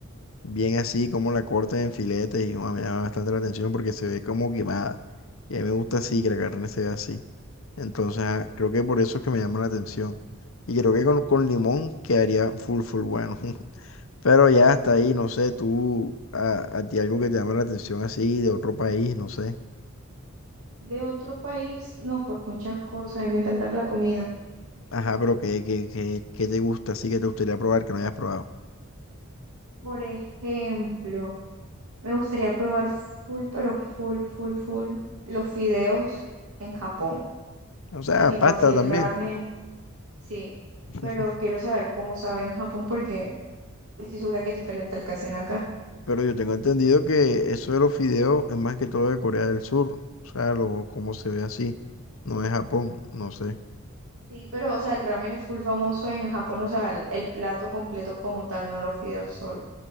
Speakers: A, on the left; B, on the right.
A: bien así, como la cortan en filetes, y uah, me llama bastante la atención porque se ve como quemada. Y a mí me gusta así, que la carne se ve así. Entonces, ah, creo que por eso es que me llama la atención. Y creo que con, con limón quedaría full, full bueno. <laughs> Pero ya hasta ahí, no sé, tú, a, a ti algo que te llama la atención así, de otro país, no sé.
B: De otro país, no, pues muchas cosas, a mí me encanta la comida.
A: Ajá, pero ¿qué, qué, qué, qué te gusta así que te gustaría probar que no hayas probado?
B: Por ejemplo, me gustaría probar full, pero full, full, full los fideos en Japón.
A: O sea,
B: O sea, tipo
A: pasta
B: así el
A: también.
B: ramen, sí.
A: <laughs>
B: Pero quiero saber cómo sabe en Japón porque estoy segura que es diferente al que hacen acá.
A: Pero yo tengo entendido que eso de los fideos es más que todo de Corea del Sur. O sea, lo, como se ve así. No es Japón, no sé.
B: Sí, pero o sea, el ramen es full famoso en Japón, o sea, el, el plato completo como tal, no los fideos solo.